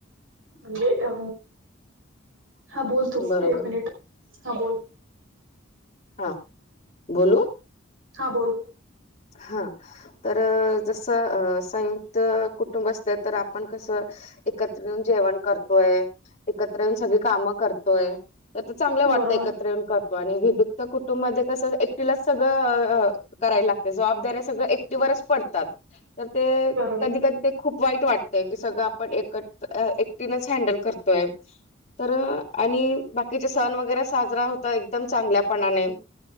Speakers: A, on the right (about 75°); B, on the left (about 35°).
A: म्हणजे अ हा बोल तू
B: बरोबर
A: एक मिनिट हा बोल
B: हा बोलू.
A: हां बोल.
B: हा तर जस संयुक्त कुटुंब असत तर आपण कसं एकत्र येऊन जेवण करतोय एकत्र येऊन सगळी काम करतोय. तर चांगलं वाटतंय
A: बरोबर,
B: का. करतो आणि वित कुटुंब मध्ये कस एकटीलाच सगळं करायला लाग जबाबदारी सगळ एकटीच पडतात तर ते
A: बरोबर.
B: कधी कधी खूप वाईट वाटतय की सगळं आपण एकत एकटीनच हँडल करतोय. तर आणि बाकीचे सण वगैरे साजरा होता एकदम चांगल्यापणाने